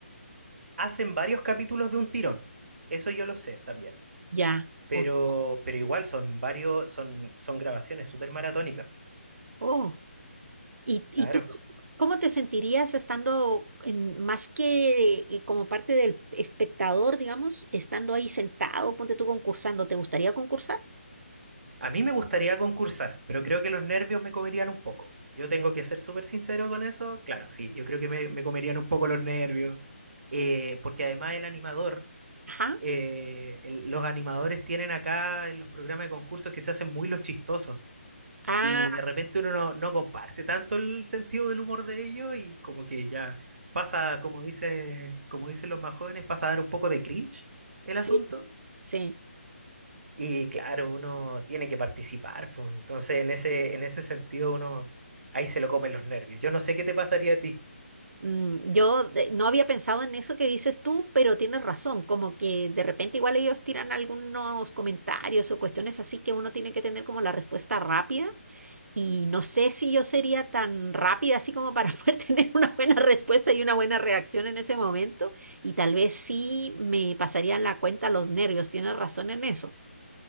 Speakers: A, on the right; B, on the right.
A: Hacen varios capítulos de un tirón, eso yo lo sé también,
B: Ya,
A: pero,
B: o-
A: pero igual son varios, son, son grabaciones súper maratónicas,
B: oh, ¿Y, y
A: claro.
B: tú cómo te sentirías estando en- más que eh, como parte del espectador, digamos, estando ahí sentado, ponte tú concursando, ¿te gustaría concursar?
A: A mí me gustaría concursar, pero creo que los nervios me comerían un poco. Yo tengo que ser súper sincero con eso, claro, sí, yo creo que me, me comerían un poco los nervios, eh, porque además el animador
B: Ajá.
A: eh, el- los animadores tienen acá en los programas de concursos que se hacen muy los chistosos
B: Ah,
A: y de repente uno no, no comparte tanto el sentido del humor de ellos y como que ya pasa, como dice, como dicen los más jóvenes, pasa a dar un poco de cringe el
B: sí,
A: asunto
B: sí.
A: y claro, uno tiene que participar, pues, entonces en ese, en ese sentido uno ahí se lo comen los nervios. Yo no sé qué te pasaría a ti,
B: Mm, yo de- no había pensado en eso que dices tú, pero tienes razón, como que de repente igual ellos tiran algunos comentarios o cuestiones así que uno tiene que tener como la respuesta rápida y no sé si yo sería tan rápida así como para <laughs> poder tener una buena respuesta y una buena reacción en ese momento y tal vez sí me pasarían la cuenta los nervios, tienes razón en eso,